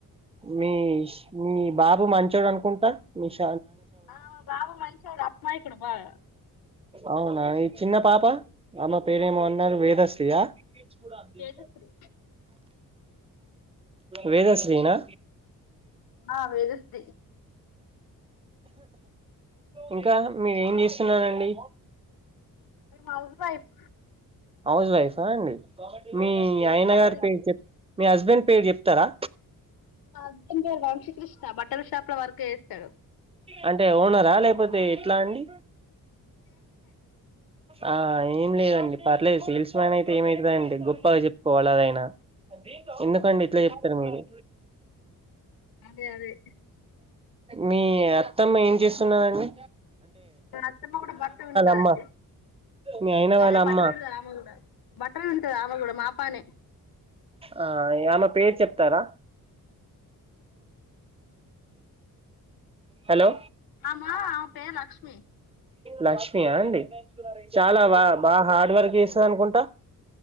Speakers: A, on the right; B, on the left.
A: మీష్ మీ బాబు మంచోడు అనుకుంటా మీ ష్
B: ఆ బాబా మంచోడు అమాయకుడు బాగా
A: అవునా ఈ చిన్న పాప ఆమె పేరేమో అన్నారు వేదశ్రీ ఆ ఎప్పుడోత్తాయి
B: వేదశ్రీ
A: వేదశ్రీనా
B: ఆ వేదశ్రీ
A: ఇంకా మీరేం చేస్తున్నారండి
B: మ హౌస్ వైఫ్
A: హౌజ్ వైఫా అండి మీ ఆయన
B: టైలరింగ్
A: గారి పేరు చెప్ మీ హస్బెండ్ పేరు చెప్తారా
B: మా హస్బెండ్ పేరు వంశకృష్ట బట్టల షాప్ లో వర్క్ చేస్తాడు
A: అంటే ఓనరా లేకపోతే ఎట్లా అండి ఆ ఏం లేదండి పర్లేదు సేల్స్ మ్యాన్ అయితే ఏమైతదండి గొప్పగా చెప్పుకోవాలి అదైనా ఎందుకండి ఇట్లా చెప్తారు మీరు
B: అదే అదే
A: మీ అత్తమ్మ ఏం చేస్తున్నారండి
B: అత్తమ కూడా బట్టలు పెండుతాదండి
A: అమ్మ మీ అయిన వాళ్ళ
B: అదే
A: అమ్మ
B: బట్టలు పిండుతాది ఆమె కూడా బట్టలు పిండుతది ఆమె కూడా మా పనే
A: ఆ ఆమె పేరు చెప్తారా హలో
B: ఆమ ఆమె పేరు లక్ష్మి
A: లక్ష్మీ ఆ అండి చాలా బా బా హార్డ్ వర్క్ చేస్తది అనుకుంటా